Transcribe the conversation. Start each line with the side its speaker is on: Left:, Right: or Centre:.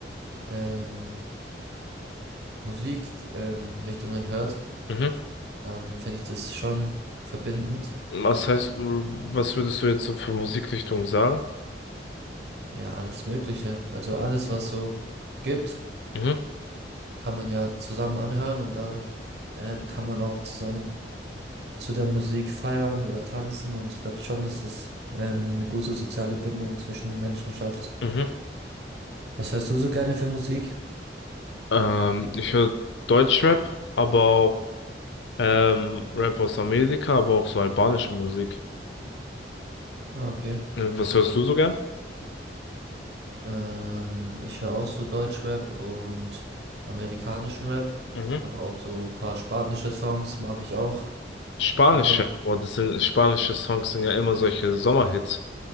Right: ähm, Musik ähm, Richtungen hört,
Left: Mhm.
Right: dann finde ich das schon verbindend.
Left: Was heißt, äh, was würdest du jetzt so für Musikrichtungen sagen?
Right: Ja, alles Mögliche. Also alles, was so gibt,
Left: Mhm.
Right: kann man ja zusammen anhören und dann ähm, kann man auch zusammen zu der Musik feiern oder tanzen und ich glaube schon, dass das ähm, eine gute soziale Bindung zwischen den Menschen schafft.
Left: Mhm.
Right: Was hörst du so gerne für Musik?
Left: Ähm, ich höre Deutschrap, aber auch ähm, Rap aus Amerika, aber auch so albanische Musik.
Right: Ah, okay.
Left: Äh, Was hörst du so gern?
Right: Ähm, ich höre auch so Deutschrap und amerikanischen Rap,
Left: Mhm.
Right: aber auch so ein paar spanische Songs mag ich auch.
Left: Spanische.
Right: Oder
Left: Boah, das sind spanische Songs sind ja immer solche Sommerhits.